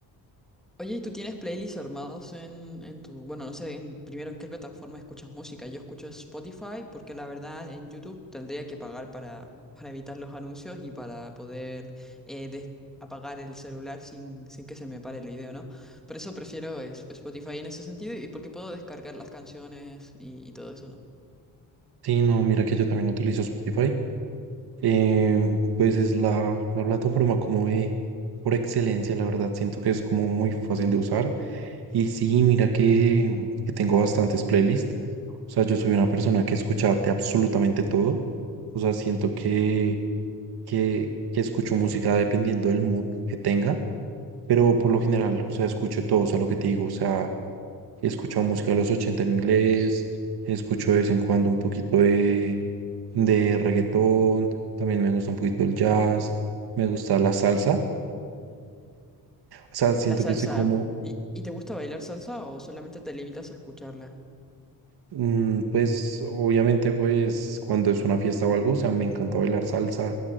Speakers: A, in the centre; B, on the right.
A: Oye, ¿y tú tienes playlists armados en, en tu, bueno, no sé, en, primero en qué plataforma escuchas música? Yo escucho Spotify porque la verdad en YouTube tendría que pagar para, para evitar los anuncios y para poder eh, des- apagar el celular sin, sin que se me pare el video, ¿no? Por eso prefiero es- Spotify en ese sentido y porque puedo descargar las canciones y, y todo eso, ¿no?
B: Sí, no, mira que yo también utilizo Spotify. Eh, pues es la, la plataforma como de, por excelencia, la verdad. Siento que es como muy fácil de usar. Y sí, mira que, que tengo bastantes playlists. O sea, yo soy una persona que escucha de absolutamente todo. O sea, siento que que, que escucho música dependiendo del mood que tenga, pero por lo general, o sea, escucho todo, o sea, lo que te digo, o sea, he escuchado música de los 80 en inglés, escucho de vez en cuando un poquito de, de reggaetón, también me gusta un poquito el jazz, me gusta la salsa, o sea, siento
A: La salsa,
B: que soy como
A: ¿y, y te gusta bailar salsa o solamente te limitas a escucharla?
B: Mm, Pues obviamente pues cuando es una fiesta o algo, o sea, me encanta bailar salsa,